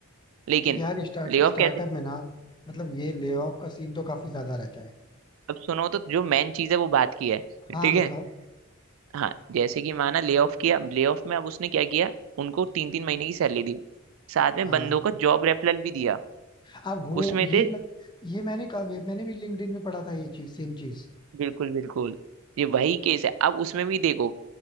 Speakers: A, on the right (about 70°); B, on the left (about 20°).
A: लेकिन
B: यार स्टार्ट
A: ले
B: स्टार्टअप
A: ऑफ कैसे
B: में ना मतलब ये लेऑफ का सीन तो काफी ज्यादा रहता है
A: अब सुनो तो जो मेन चीज है वो बात की है ठीक
B: हाँ बताओ
A: है हाँ जैसे कि माना ले ऑफ किया ले ऑफ में अब उसने क्या किया उनको तीन तीन महीने की सैलरी दी साथ में
B: हाँ
A: बंदों को जॉब रेफरल भी दिया
B: हाँ वो
A: उसमें
B: ये
A: से
B: मैं, ये मैंने कहा ये मैंने भी लिंक्डइन पे पढ़ा था ये चीज सेम चीज
A: बिल्कुल बिल्कुल ये वही केस है अब उसमें भी देखो